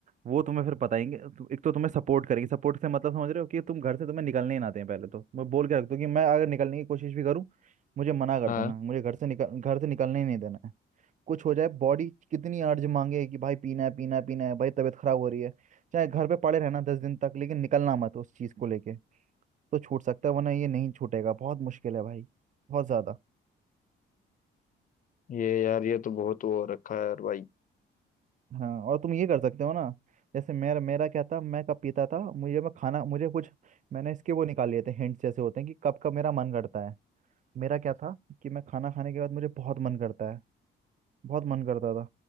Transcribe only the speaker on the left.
हाँ
ये यार ये तो बहुत वो हो रखा है यार भाई